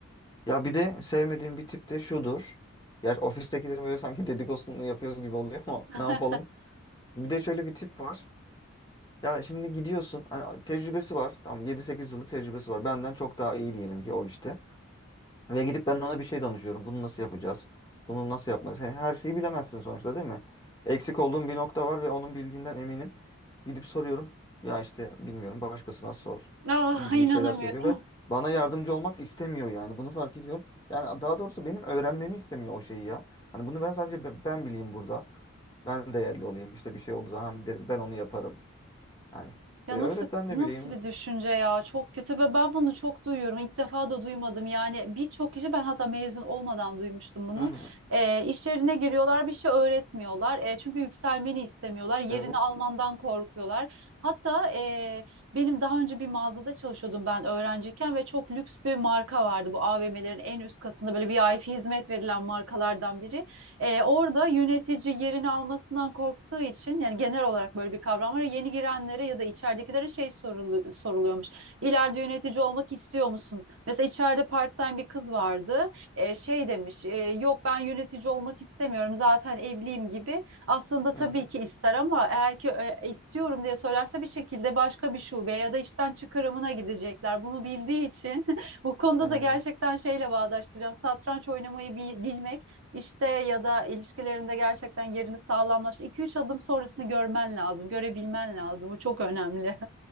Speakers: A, on the left; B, on the right.
A: Ya bir de sevmediğim bir tip de şudur. Ya ofistekilerin böyle sanki dedikodusunu yapıyoruz gibi oluyor ama
B: <laughs>
A: <laughs> ne yapalım. Bir de şöyle bir tip var. Ya şimdi gidiyorsun. Hani tecrübesi var. Tamam 7-8 yıllık tecrübesi var. Benden çok daha iyi diyelim ki o işte. Ve gidip ben ona bir şey danışıyorum. Bunu nasıl yapacağız? Bunu nasıl yapmalıyız? He- Her şeyi bilemezsin sonuçta değil mi? Eksik olduğum bir nokta var ve onun bildiğinden eminim. Gidip soruyorum. Ya işte bilmiyorum başkasına sor
B: Ah
A: gibi
B: inanamıyorum.
A: şeyler söylüyor ve bana yardımcı olmak istemiyor yani. Bunu fark ediyorum. Yani daha doğrusu benim öğrenmemi istemiyor o şeyi ya. Hani bunu ben sadece be- ben bileyim burada. Ben değerli olayım. İşte bir şey olduğu zaman derim ben onu yaparım. Yani
B: Ya
A: e, öğret
B: nasıl
A: ben
B: nasıl
A: de bileyim.
B: bir düşünce ya çok kötü ve ben bunu çok duyuyorum ilk defa da duymadım yani birçok kişi ben hatta mezun olmadan duymuştum bunu
A: Hı hı.
B: ee, iş yerine giriyorlar bir şey öğretmiyorlar Ee, çünkü yükselmeni istemiyorlar yerini
A: Evet.
B: almandan korkuyorlar hatta e, benim daha önce bir mağazada çalışıyordum ben öğrenciyken ve çok lüks bir marka vardı bu AVM'lerin en üst katında böyle VIP hizmet verilen markalardan biri e, orada yönetici yerini almasından korktuğu için yani genel olarak böyle bir kavram var. Yeni girenlere ya da içeridekilere şey sorulu- soruluyormuş. İleride yönetici olmak istiyor musunuz? Mesela içeride part-time bir kız vardı. E, şey demiş, e, yok ben yönetici olmak istemiyorum zaten evliyim gibi. Aslında tabii
A: Hı
B: ki ister ama eğer ki e, istiyorum diye söylerse bir şekilde başka bir şubeye ya da işten çıkarımına gidecekler. Bunu bildiği için <laughs> bu konuda
A: hı.
B: da gerçekten şeyle bağdaştıracağım. Satranç oynamayı bi- bilmek işte ya da ilişkilerinde gerçekten yerini sağlamlaş. 2 üç adım sonrasını görmen lazım, görebilmen lazım. Bu çok önemli.